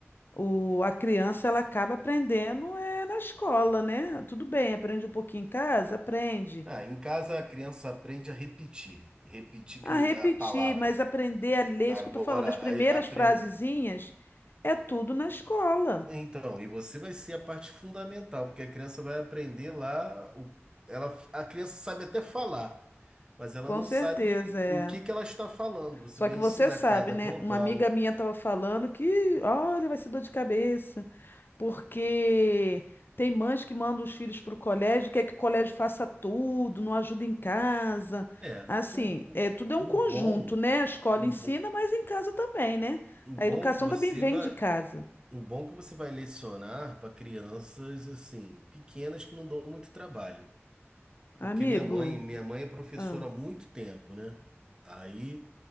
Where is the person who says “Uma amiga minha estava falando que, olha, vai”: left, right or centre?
Left